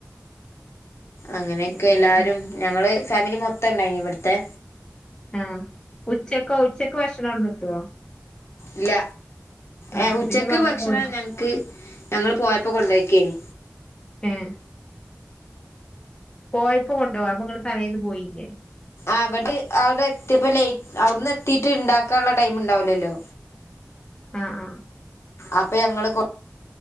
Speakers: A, on the left; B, on the left.
A: അങ്ങനെയൊക്കെ
B: അങ്ങനെ
A: എല്ലാരും
B: പോയില്ലേ
A: ഞങ്ങള് ഫാമിലി മൊത്തം ഇണ്ടായിന ഇവിടത്തെ
B: ഉം ഉച്ചക്കോ ഉച്ചക്ക് ഭക്ഷണംഅവിടന്ന് കിട്ടോ
A: ഇല്ല
B: ആഹ്
A: ഏ ഉച്ചക്ക്
B: പിന്നെ പമ്പ്
A: ഭക്ഷണം
B: പോരും
A: ഞങ്ങക്ക് ഞങ്ങൾ പോയപ്പോ കൊണ്ടോയാക്കിനൂ
B: ഏഹ് പോയപ്പോ കൊണ്ടോ അപ്പൊ നിങ്ങൾ തലേന്ന് പോയില്ലേ
A: അവിടെ അവിടെ എത്തിയപ്പോ ലേറ്റ് അവിടെന്ന് എത്തിട്ട് ഇണ്ടാക്കാനുള്ള ടൈം ഉണ്ടാവൂലല്ലോ
B: ആഹ് ആഹ്
A: അപ്പൊ ഞങ്ങള്